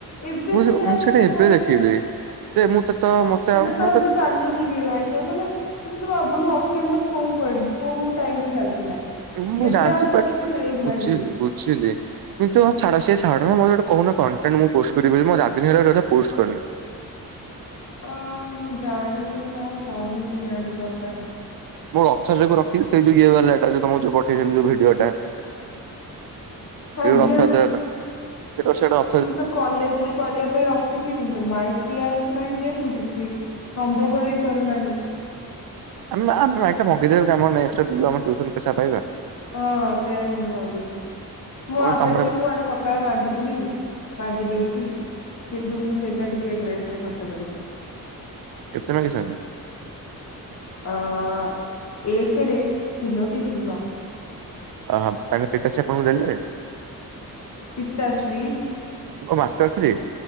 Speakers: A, on the left; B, on the right.
A: ଏବେ
B: ମୁଁ
A: ସେଟା
B: ମୁଁ
A: ଆପଣ
B: ସେଇଟା ଏବେ
A: ଛାଡିବେ
B: ଦେଖିଲି ଯେ ମୁଁ ତ ତ ମତେ
A: ସେଇଟା
B: ଆଉ
A: ତ
B: ମତେ
A: ଏବେ ଚାଲିନି ବି ପାଇଁ କଁ କହଁନା ତମ୍ ତମେ ଭାବୁନୁ ଆକେନ୍ କେମିତ୍ କୋଉ ଭଳି କୋଉ ଟାଇମରେ ଚାଲିଥିଲା।
B: ଉଁ ମୁଁ
A: ଏବେ
B: ଜାଣିଛି
A: ଆଉ ତାର
B: ପା
A: ଏତେ କ୍ରେଜ୍
B: ବୁଝିଲି
A: ନାହିଁ।
B: ବୁଝିଲି କିନ୍ତୁ ହଁ ଛାଡ ସେ ଛା ଡ ମୋର ଗୋଟେ କୋହୁନ କଣ୍ଟେଣ୍ଟ ମୁଁ ପୋଷ୍ଟ କରିବି ବୋଲି ମୁଁ ଚାର୍ ଦିନି ହେଲେ ଗୋଟେ ଗୋଟେ ପୋଷ୍ଟ କରିନି।
A: ଅଁ ମୁଁ ଜାଣିନି କଁ କହିବି ଜାଣିପାରୁନାହିଁ।
B: ମୁଁ ରଥ ଯାକୁ ରଖିଲି ସେଇ ଯୋଉ ଇଏ ବାଲାଟା ଯୋଉ ତମକୁ ଯୋଉ ପଠେଇଥିଲି ଯୋଉ ଭିଡିଓ ଟା
A: ଆଜ୍ଞା
B: ଯୋଉ ରଥଯାତ୍ରାର ସେଟାକୁ ସେଟା ର
A: ମୁଁ ତ କଲେଜେରେ କରିବା ପାଇଁ ରଖିଛି କିନ୍ତୁ ମାଇକ୍ ଟିଏ ଆସୁନାହିଁ ଯେହେତୁ କିଛି ସମ୍ଭବ ହେଇପାରୁନାହିଁ।
B: ଆମ ଆମ ମାଇକଟା ମଗେଇଦେବେ ଆମ ନେଷ୍ଟ ଯୋଉ ଟିୟୁସନ ପଇସା ପାଇବା।
A: ଅହଁ ସେୟା ବି ମୁଁ ଭାବୁଚି। ମୁଁ
B: ଓ
A: ଆତାଶ୍ରୀଙ୍କୁ
B: ତମର
A: ଆଜି ସକାଳେ ମାଗିଥିଲି ମାଗି ଦେଇଚି। କିନ୍ତୁ ମୁଁ ସେଇଟା ଟିକେ ଡ୍ରେସ ରେ ଖର୍ଚ୍ଚ କରିବି।
B: <unintelligible>
A: ଅଁ ଏକେରେ ତିନୋଟି ଶୂନ।
B: ଅହଁ ମାନେ ପିତାଶ୍ରୀ ଆପଣଙ୍କୁ ଦେଲେ।
A: ପିତାଶ୍ରୀ
B: ଓଃ ମାତାଶ୍ରୀ।